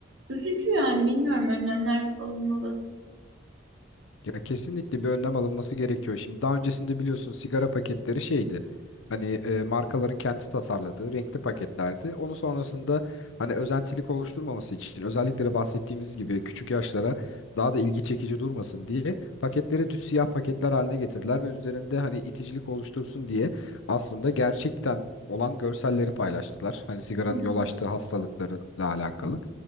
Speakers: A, on the right (about 70°); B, on the left (about 75°).
A: Üzücü yani bilmiyorum önlemler alınmalı.
B: Ya kesinlikle bir önlem alınması gerekiyor. Şimdi daha öncesinde biliyorsun sigara paketleri şeydi. Hani e, markaların kendi tasarladığı renkli paketlerdi. Onun sonrasında hani özentilik oluşturmaması için özellikle de bahsettiğimiz gibi küçük yaşlara daha da ilgi çekici durmasın diye paketleri düz siyah paketler haline getirdiler ve üzerinde hani iticilik oluştursun diye aslında gerçekten olan görselleri paylaştılar. Hani sigaranın
A: Hı hı.
B: yol açtığı hastalıklarla alakalı.